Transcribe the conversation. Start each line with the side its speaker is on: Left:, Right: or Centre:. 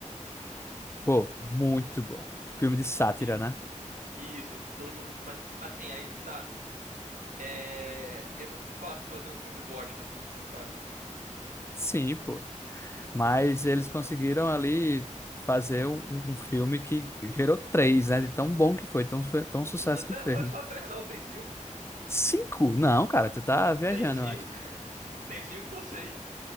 Left: Pô, muito bom. Filme de sátira,
Right: Sim.
Left: né?
Right: Isso, todo mundo. Mas assim, aí que tá. É, é muito fácil fazer um filme bosta, assim, sabe?
Left: Sim, pô. Mas eles conseguiram ali fazer um, um um filme que gerou três, né? De tão bom que foi, tão, fe- tão sucesso
Right: Não tem
Left: que fez.
Right: só, só três, não, tem cinco.
Left: Cinco? Não, cara, tu tá viajando,
Right: Tem cinco.
Left: eu acho.
Right: <laughs> Tem cinco ou seis.